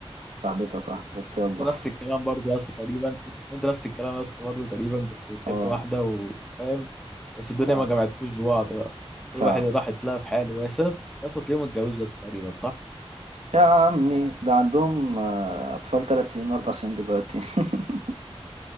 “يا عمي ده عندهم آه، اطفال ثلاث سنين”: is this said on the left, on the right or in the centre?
Right